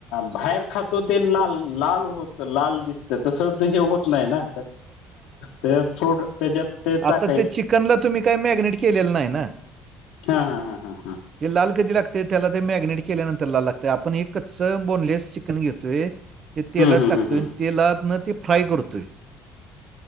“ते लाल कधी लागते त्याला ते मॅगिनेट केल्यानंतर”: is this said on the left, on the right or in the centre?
Right